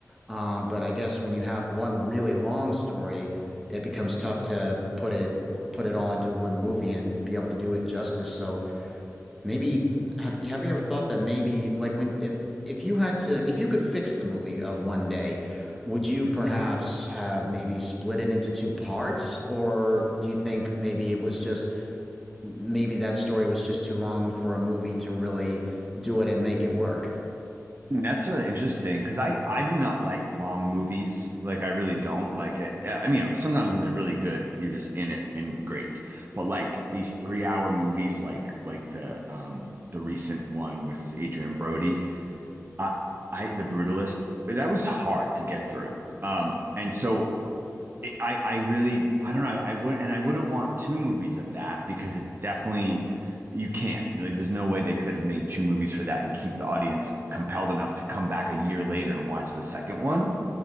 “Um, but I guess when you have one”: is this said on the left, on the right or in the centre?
Centre